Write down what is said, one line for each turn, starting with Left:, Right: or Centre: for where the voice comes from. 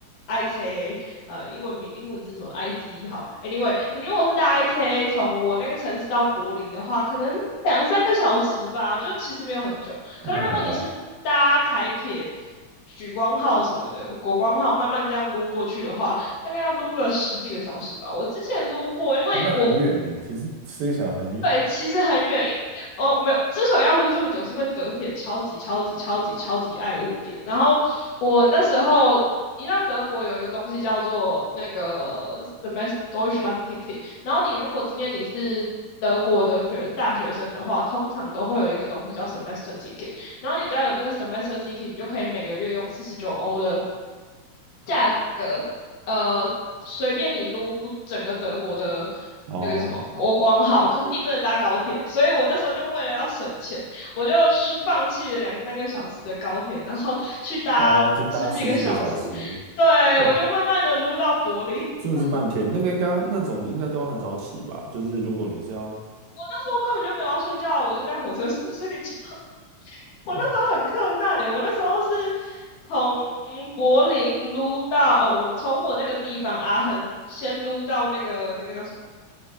Left: IC，A，呃，英文名英文字什么 IC 好，anyway，你如果是搭 IC A 从我那个城市到柏林的话，可能两三个小时吧，就其实没有很久。可是如果你是搭台铁、
Right: 那还好。
Left: 莒光号什么的、国光号慢慢这样撸过去的话，大概要撸个十几个小时吧。我之前撸过，因为我
Right: 哦，那很远呢，其实吃起来很远。
Left: 对，其实很远，因为哦没有，之所以要录这么久，是因为德铁超级超级超级超级爱误点。然后我那时候，你知道德国有一个东西叫做那个 Semester Deutschland Ticket，然后你如果今天你是德国的学大学生的话，通常都会有一个东西叫 Semester Ticket，然后你只要有那个 Semester Ticket，你就可以每个月用四十九欧的价格呃，随便你撸整个德国的
Right: 哦
Left: 那个叫什么国光号，可是你不能搭高铁，所以我那时候就为了要省钱，我就去放弃了两三个小时的高铁，然后去搭十几个小时，
Right: 哦，就搭十几个小时，
Left: 对，
Right: 哇，
Left: 我就慢慢的撸到柏林。<laughs>
Right: 真的是半天。那个应该那种应该都要很早起吧？就是如果你是要
Left: 我那时候根本就没有要睡觉啊，我就在火车上 <laughs> 睡觉。<laughs> 我那时候很困难嘞、
Right: 哦，
Left: 我那时候是从柏林撸到哦，从我那个地方阿恒先撸到那个那个叫什么？